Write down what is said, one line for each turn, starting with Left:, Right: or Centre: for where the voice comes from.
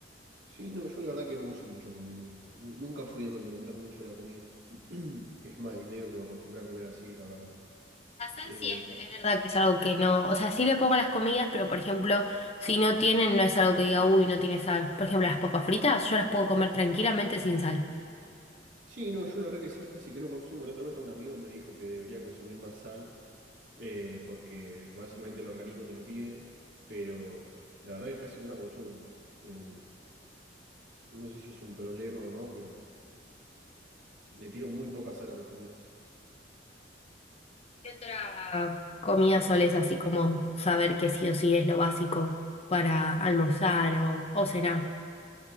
Right: Sí, no, yo la verdad que no uso mucho condimento. Nu- nunca fui de condimentar mucho la comida. <clears throat> Es más, y medio que me acostumbré a comer así, la verdad.
Left: La sal
Right: Eh,
Left: sí es, es verdad que es algo que no, o sea, sí le pongo a las comidas, pero por ejemplo, si no tienen, no es algo que diga, uy, no tiene sal. Por ejemplo, las papas fritas, yo las puedo comer tranquilamente sin sal.
Right: sí, no, yo la verdad que sal casi que no consumo. La otra vez un amigo me dijo que debería consumir más sal, eh, porque básicamente el organismo te lo pide, pero la verdad que casi no la consumo. Eh, no sé si es un problema o no, pero le tiro muy poca sal a mis comidas.
Left: ¿Qué otra comida solés así como saber que sí o sí es lo básico para almorzar o, o cenar?